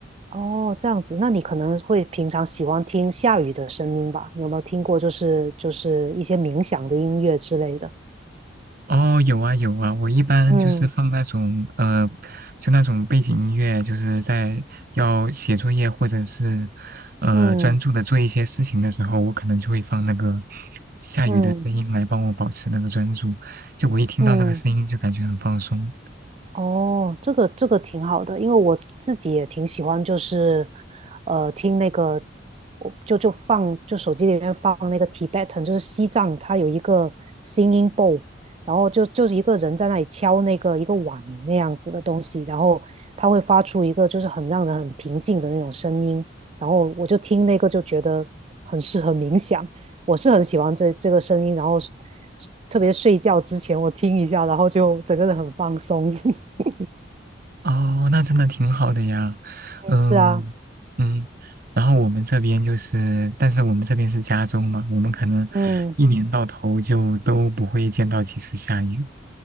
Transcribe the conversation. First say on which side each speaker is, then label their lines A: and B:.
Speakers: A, on the right; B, on the right.
A: 哦，这样子，那你可能会平常喜欢听下雨的声音吧？你有没有听过，就是就是一些冥想的音乐之类的？
B: 哦，有啊有啊，我一般就是放那种呃，
A: 嗯
B: 就那种背景音乐，就是在要写作业或者是呃专注的做一些事情的时候，
A: 嗯
B: 我可能就会放那个下雨的声音来帮我保持那个专注。
A: 嗯嗯
B: 就我一听到那个声音就感觉很放松。
A: 嗯哦，这个这个挺好的，因为我自己也挺喜欢，就是呃听那个，我就就放就手机里面放那个 Tibetan，就是西藏，它有一个 singing bowl，然后就就是一个人在那里敲那个一个碗那样子的东西，然后它会发出一个就是很让人很平静的那种声音，然后我就听那个就觉得很适合冥想，我是很喜欢这这个声音，然后特别睡觉之前我听一下，然后就整个人很放松。<laughs>
B: 哦，那真的挺好的呀。嗯嗯，
A: 是啊，
B: 然后我们这边就是，但是我们这边是加州嘛，我们可能一年到头就都不会见到几次下雨。
A: 嗯，